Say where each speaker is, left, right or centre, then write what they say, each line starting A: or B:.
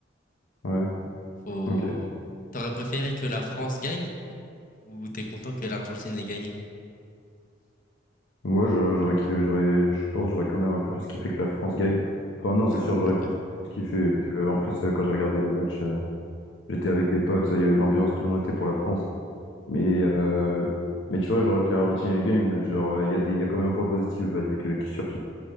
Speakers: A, on the left (about 80°); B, on the left (about 45°).
A: ouais,
B: Faut
A: ok.
B: t'aurais préféré que la France gagne ou ou t'es content que l'Argentine ait gagné?
A: Moi, je- j'aurais kiffé, j'aurais, je pense, que j'aurais quand même un peu plus kiffé que la France gagne. Enfin, non, c'est
B: Ah,
A: sûr,
B: on est
A: j'aurais
B: d'accord.
A: plus kiffé. vu Que, en plus, euh, quand j'ai regardé le match, euh, j'étais avec des potes, il y avait l'ambiance, tout le monde était pour la France. Mais, euh, mais tu vois, genre, que l'Argentine elle gagne, genre, il y a des, il y a quand même un point positif, bah, vu que je surkiffe